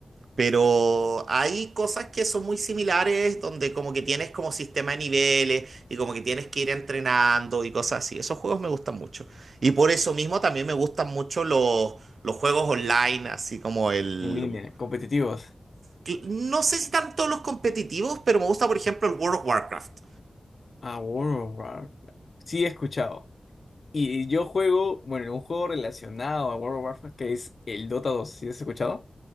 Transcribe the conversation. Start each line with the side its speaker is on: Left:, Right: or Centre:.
Right: pero hay cosas que son muy similares donde como que tienes como sistema de niveles y como que tienes que ir entrenando y cosas así. Esos juegos me gustan mucho. Y por eso mismo también me gustan mucho los, los juegos online, así como el
Left: En línea, competitivos.
Right: cl- No sé si tanto los competitivos, pero me gusta, por ejemplo, el World of Warcraft.
Left: Ah, World of Warcraft. claro. Sí, he escuchado. Y yo juego, bueno, un juego relacionado a World of Warcraft que es el Dota dos. ¿Sí has escuchado?